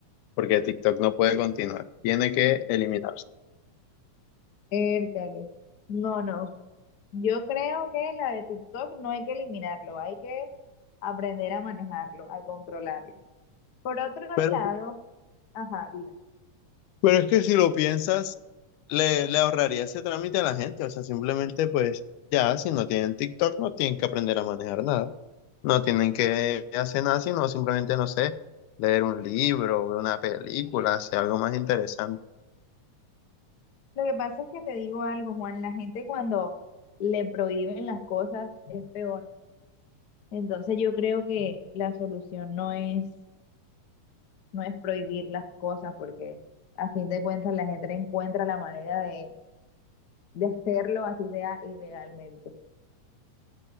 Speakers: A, on the left; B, on the left.
A: porque TikTok no puede continuar, tiene que eliminarse.
B: Ércale. No, no. Yo creo que la de TikTok no hay que eliminarlo, hay que aprender a manejarlo, a controlarlo. Por otro
A: Pero,
B: lado, ajá, dime.
A: pero es que si lo piensas, le, le ahorraría ese trámite a la gente, o sea, simplemente pues ya, si no tienen TikTok, no tienen que aprender a manejar nada, no tienen que hacer nada, sino simplemente, no sé, leer un libro, ver una película, hacer algo más interesante.
B: Lo que pasa es que te digo algo, Juan, la gente cuando le prohíben las cosas es peor. Entonces yo creo que la solución no es, no es prohibir las cosas, porque a fin de cuentas la gente encuentra la manera de, de hacerlo, así sea ilegalmente.